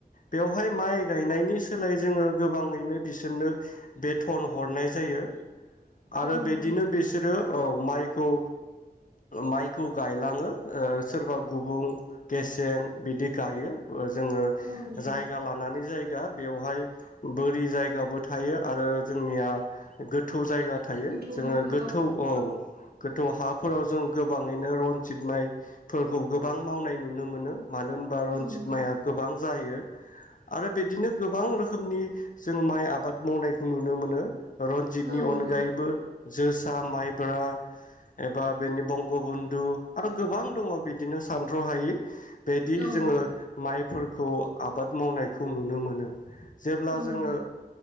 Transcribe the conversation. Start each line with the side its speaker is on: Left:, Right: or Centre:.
Left: बेवहाय माइ गायनायनि सोलाय जोङो गोबाङैनो बिसोरनो बेटन हरनाय जायो। आरो
Right: औ
Left: बेदिनो
Right: नंगौ
Left: बिसोरो औ माइखौ माइखौ गायलाङो सोरबा गुबुं गेसें बिदि गायो ओ जोङो
Right: औ नंगौ
Left: जायगा लानानै जाय गा बेवहाय बोरि जायगाबो थायो आरो जोंनिया गोथौ जायगा थायो
Right: गोथौ
Left: जोङो
Right: हाबो
Left: गोथौ औ गोथौ हाफोराव जों गोबाङैनो रनजित माइफोरखौ गोबां मावनाय नुनो मोनो मानो होनबा रनजित
Right: औ नंगौ
Left: माइआ गोबां जायो आरो बिदिनो गोबां रोखोमनि जों माइ आबाद मावनायखौ नुनो मोनो रन्जितनि
Right: औ
Left: अनगायैबो
Right: नंगौ
Left: जोसा माइब्रा एबा बेनि बंगबन्धु आरो गोबां दङ बिदिनो सानथ्रहायि बिदि
Right: औ
Left: जोङो
Right: नंगौ
Left: माइफोर खौ आबाद मावनायखौ नुनो मोनो जेब्ला
Right: औ
Left: जोङो
Right: नंगौ